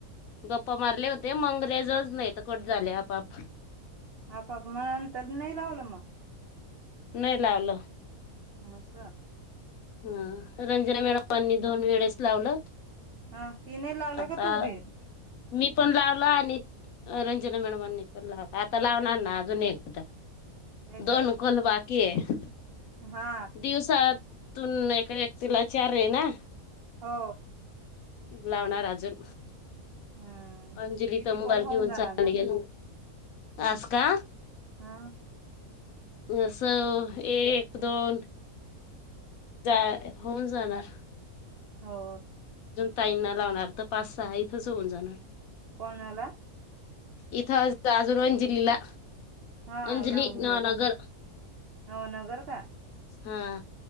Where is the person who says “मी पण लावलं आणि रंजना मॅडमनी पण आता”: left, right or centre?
Left